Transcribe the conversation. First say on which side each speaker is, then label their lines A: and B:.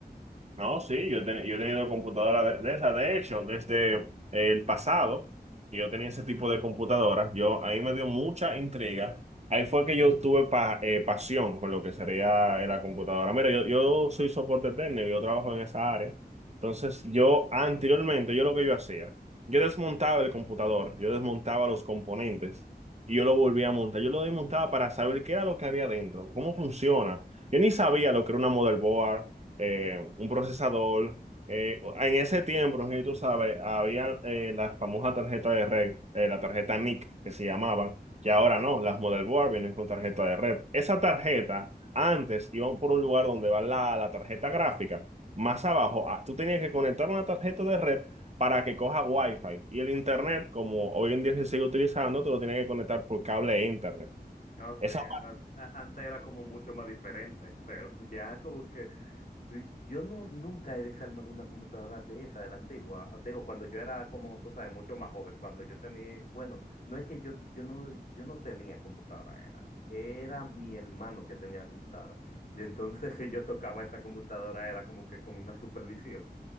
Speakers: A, on the right; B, on the left.
A: No, sí, yo, he, ten- yo he tenido computadora de, de esas. De hecho, desde el pasado, que yo tenía ese tipo de computadora, yo, a mí me dio mucha intriga. Ahí fue que yo tuve pa- eh, pasión con lo que sería eh, la computadora. Mira, yo, yo soy soporte técnico, yo trabajo en esa área. Entonces, yo anteriormente, yo lo que yo hacía, yo desmontaba el computador, yo desmontaba los componentes y yo lo volvía a montar. Yo lo desmontaba para saber qué era lo que había dentro, cómo funciona. Yo ni sabía lo que era una motherboard eh, un procesador. Eh, en ese tiempo, no sé si tú sabes, había eh, la famosa tarjeta de red, eh, la tarjeta NIC que se llamaban, que ahora no, las model board vienen con tarjeta de red. Esa tarjeta antes iban por un lugar donde va la, la tarjeta gráfica, más abajo, ah, tú tenías que conectar una tarjeta de red para que coja Wi-Fi. Y el internet, como hoy en día se sigue utilizando, te lo tienes que conectar por cable a internet.
B: No sé,
A: Esa,
B: a- a- antes era como mucho más diferente, pero <laughs> ya como que yo no nunca he desarmado una computadora de esa, de la antigua. Digo, cuando yo era como, tú sabes, mucho más joven, cuando yo tenía, bueno, no es que yo, yo no, yo no tenía computadora, era, era mi hermano que tenía la computadora. Y entonces <laughs> si yo tocaba esa computadora era como que con una supervisión.